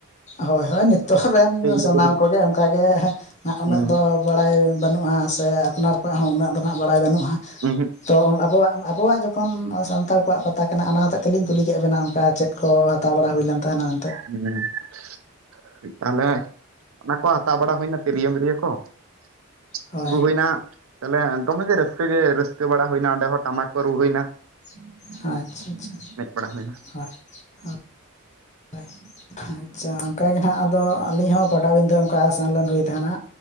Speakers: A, on the left; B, on the right.
A: ᱦᱳᱭ ᱦᱳᱭ ᱱᱤᱛᱚᱜ ᱨᱮᱱ ᱥᱟᱱᱟᱢ
B: ᱫᱟᱫᱩ ᱞᱟᱹᱜᱤᱫ
A: ᱠᱚᱜᱮ ᱚᱱᱠᱟ ᱜᱮ ᱦᱟᱸᱜ ᱩᱱᱟᱹᱜ
B: ᱦᱩᱸ
A: ᱫᱚ ᱵᱟᱲᱟᱭ ᱵᱟᱹᱱᱩᱜᱼᱟ ᱥᱮ ᱟᱯᱱᱟᱨ ᱠᱚᱣᱟᱜ ᱦᱚᱸ ᱩᱱᱟᱹᱜ ᱫᱚ ᱱᱟᱸᱜ ᱵᱟᱲᱟᱭ ᱵᱟᱹᱱᱩᱜᱼᱟ ᱾
B: ᱩᱸᱦᱩᱜ
A: ᱛᱚ ᱟᱵᱚᱣᱟᱜ, ᱟᱵᱚᱣᱟᱜ ᱡᱚᱠᱷᱚᱱ ᱥᱟᱱᱛᱟᱲ ᱠᱚᱣᱟᱜ ᱯᱟᱛᱟ ᱠᱟᱱᱟ ᱚᱱᱟ ᱦᱚᱛᱮᱡ ᱛᱮᱞᱤᱧ ᱠᱩᱞᱤ ᱠᱮᱜ ᱵᱮᱱᱟ ᱚᱱᱠᱟ ᱪᱮᱫ ᱠᱚ ᱦᱟᱛᱟᱣ ᱵᱟᱲᱟ ᱦᱩᱭ ᱞᱮᱱ ᱛᱟᱦᱮᱱᱟ ᱮᱱᱛᱮᱜ
B: ᱦᱮᱸ, ᱥᱩ----ᱡ ᱾ ᱠᱟᱹᱡ, ᱛᱟᱦᱞᱮ ᱚᱱᱟ ᱠᱚ ᱦᱟᱛᱟᱣ ᱵᱟᱲᱟ ᱦᱩᱭᱱᱟ ᱛᱤᱨᱭᱟᱹ- ᱢᱤᱨᱭᱟᱹ ᱠᱚᱣᱟ? ᱪᱷᱤᱠ,
A: ᱦᱳᱭ
B: ᱟᱹᱜᱩ ᱦᱳᱭᱱᱟ ᱛᱟᱦᱞᱮ ᱫᱚᱢᱮ ᱜᱮ ᱨᱟᱹᱥᱠᱟᱹ ᱜᱮ ᱨᱟᱹᱥᱠᱟᱹ ᱵᱟᱲᱟ ᱦᱳᱭᱱᱟ ᱚᱸᱰᱮ ᱦᱚᱸ ᱴᱟᱢᱟᱠ ᱠᱚ ᱨᱩ ᱦᱳᱭᱱᱟ ᱾
A: ᱟᱪ-ᱪᱷᱟ ᱟᱪ-ᱪᱷᱟ, ᱟᱪᱷᱟ
B: ᱵᱟᱲᱟ ᱦᱩᱭᱱᱟ
A: ᱟᱪᱦᱟ ᱦᱳᱭ ᱾ ᱟᱪ-ᱪᱷᱟ, ᱟᱪ-ᱪᱷᱟ ᱚᱱᱠᱟᱜᱮ ᱦᱟᱸᱜ ᱟᱫᱚ ᱟᱞᱤᱧ ᱦᱚᱸ ᱯᱟᱴᱟᱵᱤᱸᱫᱟᱹ ᱚᱱᱠᱟ ᱥᱮᱱ ᱞᱮᱱ ᱦᱩᱭ ᱛᱟᱦᱮᱱᱟ